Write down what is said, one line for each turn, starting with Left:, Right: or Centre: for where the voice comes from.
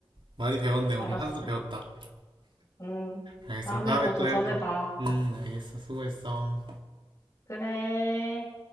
Right: 많이 배웠네 오늘
Left: 알았어.
Right: 한수 배웠다.
Left: 음,
Right: 알겠어.
Left: 다음에
Right: 다음에
Left: 더 도전해봐.
Right: 또 해보자. 음, 알겠어. 수고했어.
Left: 그래.